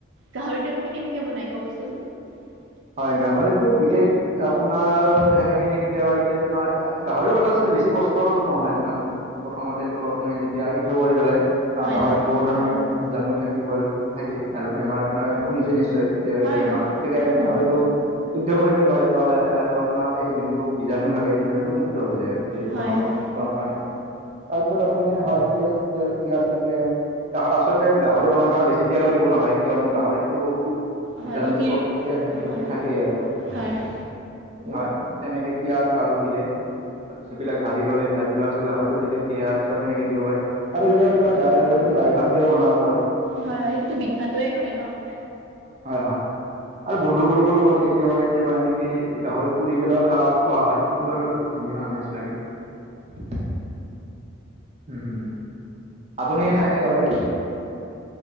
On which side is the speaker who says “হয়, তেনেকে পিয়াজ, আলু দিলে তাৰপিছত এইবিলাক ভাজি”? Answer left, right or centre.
Right